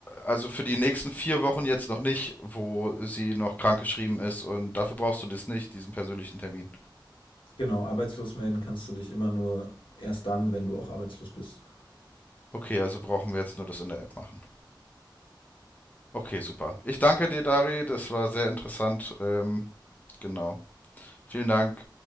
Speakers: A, on the left; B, on the left.
A: also für die nächsten vier Wochen jetzt noch nicht, wo sie noch krankgeschrieben ist und dafür brauchst du das nicht, diesen persönlichen Termin.
B: Genau, arbeitslos melden kannst du dich immer nur erst dann, wenn du auch arbeitslos bist.
A: Okay, also brauchen wir jetzt nur das in der App machen. Okay, super. Ich danke dir, Dari, das war sehr interessant. Ähm, genau. Vielen Dank.